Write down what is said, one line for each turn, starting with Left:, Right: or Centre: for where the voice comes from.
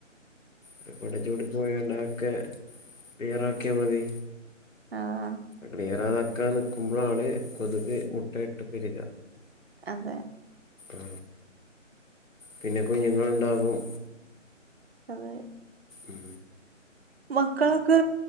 Left: ഒരുകുടച്ചൂടി പോയണ്ട അക്കെ ക്ലിയറാക്കിയാ മതി
Right: ആഹ്
Left: ക്ലിയറാ ആക്കാൻ നിൽക്കുമ്പോഴാണ് കൊതുക് മുട്ടയിട്ട് പെരിക
Right: അതെ
Left: ആ പിന്നെ കുഞ്ഞുങ്ങളുണ്ടാകും
Right: അതെ
Left: ഉം
Right: മക്കളക്കെ